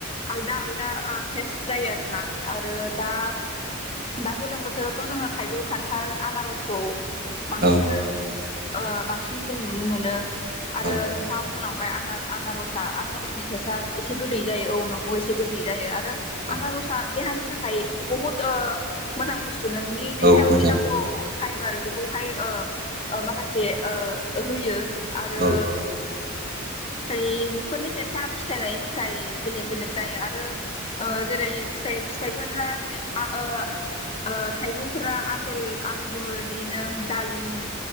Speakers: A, on the left; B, on the right.
A: आलदा आलदा टेस्ट जायो आरोना आरो दा दा गोलोम बोथोरावथ जोङो थाइजौ खान्थाल आनारसखौ बांसिनो
B: औ
A: ओ बांसिन जों नुनो मोनो आरो
B: औ
A: नोंथाङा बुंलां ओमफाय आनार आनारसया आनारसनि टेस्टआ एसे गोदै जायो औ नंगौ एसे गोदै जायो आ
B: औ
A: आनारसा देहानि थाखाय बुहुद ओ मोजां बुस्थ थु नोंनि देहायाव
B: औ मोजां
A: जे नांगौ फाइबार बेखौहाय ओ ओ माखासे ओ होयो आरो
B: औ
A: फिथाइफोरनि टेस्टया फिथाइ लायै फिथाइ बेलेग बेलेग जायो आरो ओ जेरै फिथाइ फिथाइफोराना जेरै आं ओ ओ थाइजौफोरा आफपेल आंगुर बिदिनो दालिम